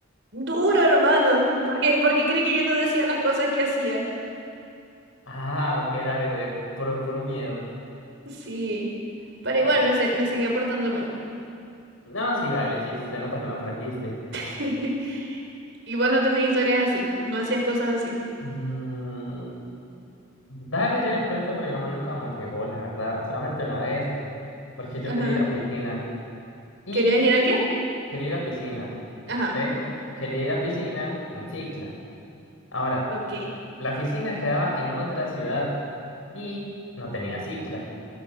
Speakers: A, on the right; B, on the left.
A: Duro, hermano, porque porque creí que yo no decía las cosas que hacía.
B: ah, ok, dale, puro, puro miedo.
A: Sí, pero igual
B: Ah,
A: me, se- me seguía portando mal.
B: No, sí, dale, sí, se nota que no aprendiste.
A: <laughs> Y vos no tenés historias así, no hacías cosas así.
B: Mm, dale, yo era en planta, pero mi mamá nunca me pegó, la verdad. Solamente una vez, porque yo
A: Ajá.
B: quería ir a piscina. Y
A: ¿Querías ir a qué?
B: quería ir a piscina,
A: Ajá.
B: pero quería ir a piscina en cicla. Ahora,
A: Ok.
B: la piscina quedaba en otra ciudad y no tenía cicla.